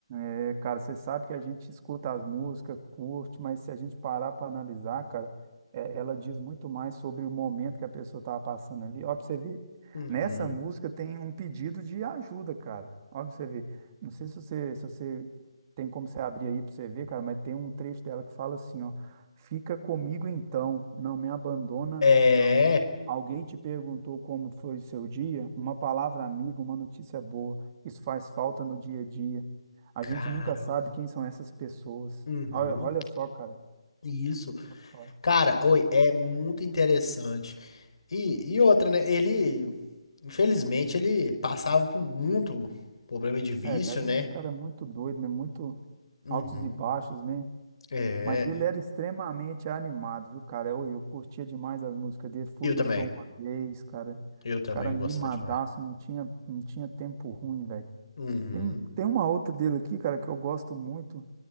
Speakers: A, on the right (about 30°); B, on the left (about 65°).
A: É, cara, você sabe que a gente escuta as músicas, curte, mas se a gente parar para analisar, cara, é, ela diz muito mais sobre o momento que a pessoa estava passando ali. Ó, pra você ver,
B: Uhum,
A: nessa música tem um pedido de ajuda, cara. Ó, pra você ver. Não sei se você, se você tem como você abrir aí para você ver, cara, mas tem um trecho dela que fala assim, ó, fica comigo então, não me abandona,
B: É,
A: não. Alguém te perguntou como foi o seu dia? Uma palavra amiga, uma notícia boa. Isso faz falta no dia a dia. A
B: cara,
A: gente nunca sabe quem são essas pessoas.
B: uhum,
A: Olha, olha só, cara.
B: isso.
A: Olha.
B: Cara, oi, é muito interessante. E, e outra, né? Ele, infelizmente, ele passava por muito problema de vício,
A: É, cara, é
B: né?
A: um cara muito doido, né? Muito
B: Uhum.
A: altos e baixos, né?
B: É,
A: Mas ele era extremamente animado, viu, cara? Eu, eu curtia demais as músicas dele. Fui
B: eu
A: no
B: também.
A: show uma vez, cara.
B: Eu também
A: O cara animadaço,
B: gostava demais.
A: não tinha, não tinha tempo ruim, velho.
B: Uhum.
A: Tem, tem uma outra dele aqui, cara, que eu gosto muito.